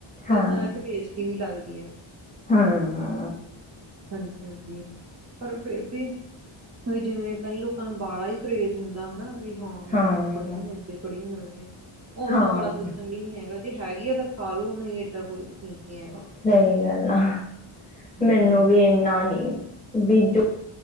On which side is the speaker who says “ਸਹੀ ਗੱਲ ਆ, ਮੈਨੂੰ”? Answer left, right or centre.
Left